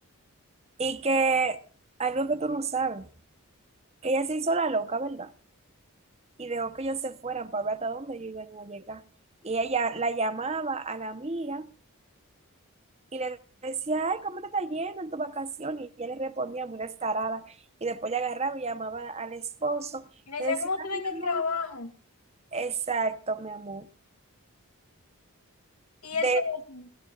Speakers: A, on the right (about 30°); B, on the left (about 85°).
A: Y que algo que tú no sabes, que ella se hizo la loca, ¿verdad? Y dejó que ellos se fueran para ver hasta dónde ellos iban a llegar. Y ella la llamaba a la amiga Y le decía, ay, ¿cómo te está yendo en tu vacación? Y ella le respondía muy descarada. Y después le agarraba y llamaba al esposo.
B: Y le decía,
A: Le decía,
B: ¿cómo te va
A: ay,
B: en
A: mi
B: el trabajo?
A: amor. Exacto, mi amor.
B: Y
A: De,
B: él que decía,